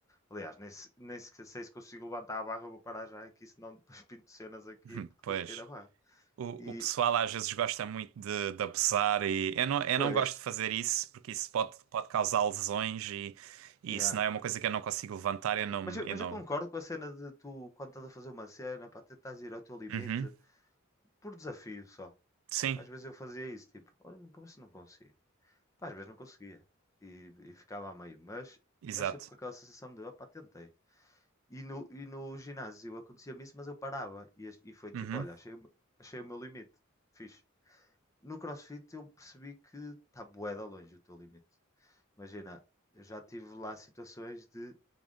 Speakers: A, on the left; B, on the right.
A: Aliás, nem, se- nem se- sei se consigo levantar a barra, vou parar já aqui, senão depois <laughs> pinto cenas aqui
B: <laughs>
A: porque
B: Pois.
A: desqueira a barra.
B: O,
A: E,
B: o pessoal às vezes gosta muito de, de abusar e eu não, eu
A: pois,
B: não gosto de fazer isso porque isso pode, pode causar lesões e, e
A: yeah.
B: isso não é uma coisa que eu não consigo levantar, eu não,
A: Mas eu,
B: eu
A: mas
B: não.
A: eu concordo com a cena de tu, quando estás a fazer uma cena, para tentar ir ao teu limite,
B: Uhum.
A: por desafio só.
B: Sim,
A: Às vezes eu fazia isso, tipo, olha, vou ver se não consigo. Pá, às vezes não conseguia. E, e ficava a meio. Mas
B: exato.
A: mas sempre com aquela sensação de, opá, tentei. E no, e no ginásio acontecia-me isso, mas eu parava. E, ach- e foi tipo,
B: Uhum.
A: olha, achei, o meu- achei o meu limite. Fixe. No CrossFit eu percebi que está bué da longe o teu limite. Imagina, eu já tive lá situações de,